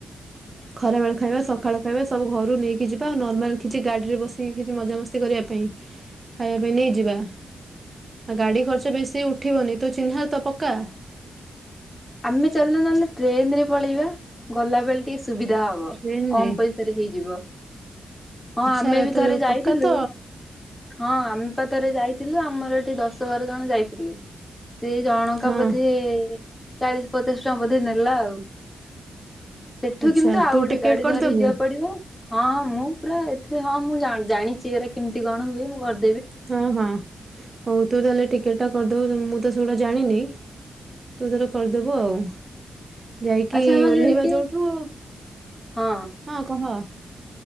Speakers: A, on the right; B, on the left.
A: ଖରା ବେଳ ଖାଇବା ସକାଳ ଖାଇବା ସବୁ ଘରୁ ନେଇକି ଯିବା ଆଉ ନର୍ମାଲ କିଛି ଗାଡି ରେ ବସିକି କିଛି ମଜାମସ୍ତି କରିବା ପାଇଁ ଖାଇବା ପାଇଁ ନେଇଯିବା। ଆ ଗାଡି ଖର୍ଚ ବେଶୀ ଉଠିବନି ତୁ ଚିହ୍ନା ତ ପକ୍କା?
B: ଆମେ ଚାଲୁ ନହେଲେ ଟ୍ରେନ ରେ ପଳେଇବା ଗଲାବେଳେ ଟିକେ ସୁବିଧା ହବ
A: ଟ୍ରେନରେ
B: କମ ପଇସାରେ ହେଇଯିବ। ହଁ
A: ଆଚ୍ଛା
B: ଆମେ ବି
A: ତୁ
B: ଥରେ ଯାଇଥିଲୁ
A: ପକ୍କା ତ
B: ହଁ ଆମେ ପା ଥରେ ଯାଇଥିଲୁ ଆମର ଏ ସେ ଦଶ ବାର ଜଣ ଯାଇଥିଲୁ ସେ ଜଣଙ୍କା
A: ହଁ
B: ବୋଧେ ଚାଳିଶି ପଚାଶ ଟଙ୍କା ବୋଧେ ନେଲା ଆଉ। ସେଠୁ
A: ଆଚ୍ଛା
B: କିନ୍ତୁ ଆଉ
A: ତୁ
B: ଗୋଟେ
A: ଟିକେଟ
B: ଗାଡ଼ି
A: କରିଦବୁ
B: ଧରିକି ଯିବାକୁ ପଡ଼ିବ। ହଁଁ ମୁଁ ପୁରା ଏଥିରେ ହଁ ମୁଁ ଜାଣିଚି ଏରା କେମିତି କଣ ହୁଏ ମୁଁ କରି
A: ହଁ ହଁ ହଉ ତୁ ତାହେଲେ ଟିକେଟ୍ ଟା କରିଦବୁ ମୁଁ ତ ସେଗୁଡ଼ା ଜାଣିନି। ତୁ ତୋର କରିଦବୁ ଆଉ। ଯାଇକି
B: ଆଚ୍ଛା ଆମ
A: ଓହ୍ଲେଇବା
B: ସାଙ୍ଗରେ କିଏ
A: ଯୋଉଠୁ
B: ହଁ
A: ହଁ କହ।